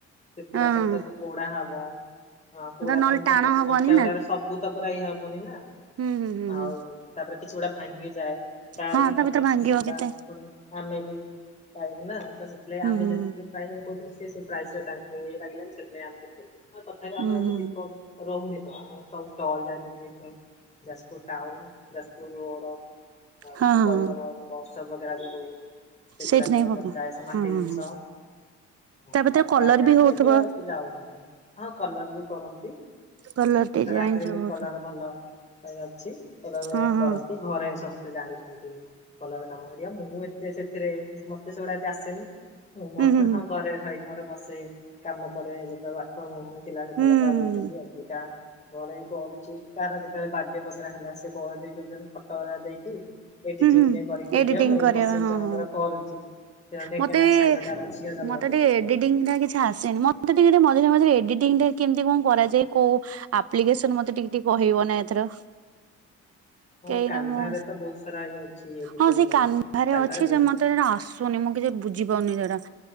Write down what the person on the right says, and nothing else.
ହଁ
ହଁ
ନହେଲେ
ଟାଣ
ହବନି
ନା
ହୁଁ ହୁଁ ହୁଁ
ହୁଁ
ହଁ ତା
ଭିତରେ ଭାଙ୍ଗିବ କେତେ
ହୁଁ
ହୁଁ
ହୁଁ
ହୁଁ
ହଁ
ହଁ
ସେଇଥି ନାଗି
ପକା
ହଁ ହଁ
ହଁ
ତା ଭିତରେ
କଲର
ବି ହଉଥିବ
କଲର ଡିଜାଇନ
ସବୁ ହଉଥିବ
ହଁ ହଁ
ହୁଁ ହୁଁ
ହୁଁ
ହୁଁ
ହୁଁ ହୁଁ
ଏଡିଟିଂ
କରିବା
ପାଇଁ ହଁ
ହଁ
ମତେ ବି
ମତେ ଟିକେ
ଏଡିଟିଂ ଟା କିଛି ଆସେନି ମତେ ଟିକେ ଟିକେ ମଝିରେ ମଝିରେ ଏଡିଟିଂ ଟା କେମିତି କଣ କରାଯାଏ କୋଉ ଆପ୍ ପ୍ଲିକେସନ ମତେ ଟିକେ କହିବ ନା ଏଥର
କେହିଁ
ମୁଁ
ହଁ ସେ
କାନ୍ଭା
ରେ
ଅଛି
ସେ ମତେ ସେଟା ଆସୁନି ମୁଁ କିଛି ବୁଝିପାରୁନି ସେଇଟା।